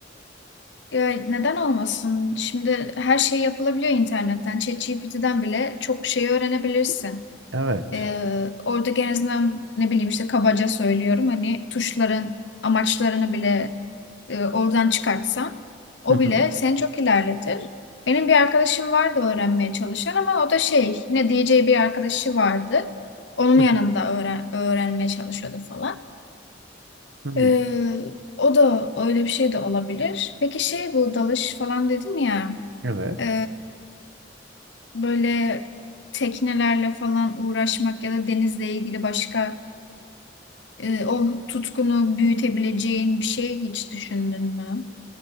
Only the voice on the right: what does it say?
Evet.
<laughs> Hı hı,
hı
hı,
hı.
Evet.